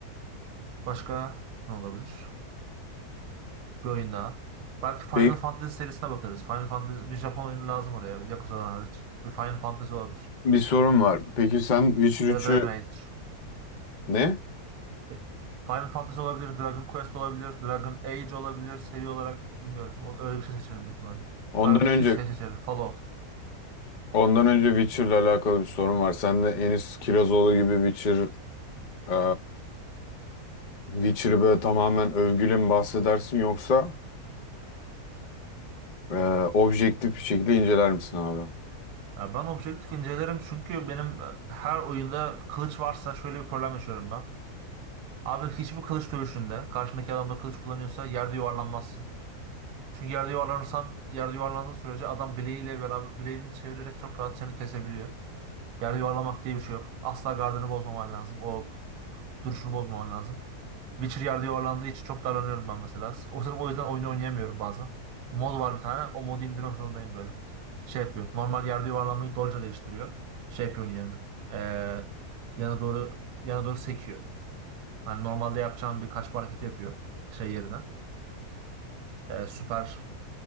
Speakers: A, on the right (about 80°); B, on the left (about 45°).
A: Başka ne olabilir? Bir oyun daha. Belki Final
B: Peki
A: Fantasy serisine bakarız. Final Fantasy bir Japon oyunu lazım oraya. Yakuza'dan hariç. Bir Final Fantasy olabilir.
B: bir sorun var. Peki sen Witcher üçü
A: Ya da Dragon Age.
B: ne?
A: E, Final Fantasy olabilir. Dragon Quest olabilir. Dragon Age olabilir. Seri olarak bilmiyorum. Onu- Öyle bir şey seçerim büyük ihtimalle.
B: Ondan
A: Belki
B: önce
A: şey seçerim. Fallout.
B: ondan önce Witcher'la alakalı bir sorun var. Sen de Enis Kirazoğlu gibi Witcher e, Witcher'ı böyle tamamen övgüyle mi bahsedersin yoksa e, objektif bir şekilde inceler misin abi?
A: Ya ben objektif incelerim çünkü benim e, her oyunda kılıç varsa şöyle bir problem yaşıyorum ben. Abi hiçbir kılıç dövüşünde karşındaki adam da kılıç kullanıyorsa yerde yuvarlanmazsın. Çünkü yerde yuvarlanırsan, yerde yuvarlandığın sürece adam bileğiyle beraber bileğini çevirerek çok rahat seni kesebiliyor. Yerde yuvarlamak diye bir şey yok. Asla gardını bozmaman lazım. O duruşunu bozmaman lazım. Witcher yerde yuvarlandığı için çok darlanıyorum ben mesela. O sırf o yüzden oyunu oynayamıyorum bazen. Mod var bir tane. O modu indirmek zorundayım böyle. Şey yapıyor. Normal yerde yuvarlanmayı dolca değiştiriyor. Şey yapıyor onun yerine. Ee, yana doğru yana doğru sekiyor. Yani normalde yapacağım bir kaçma hareketi yapıyor şey yerine. Ee, süper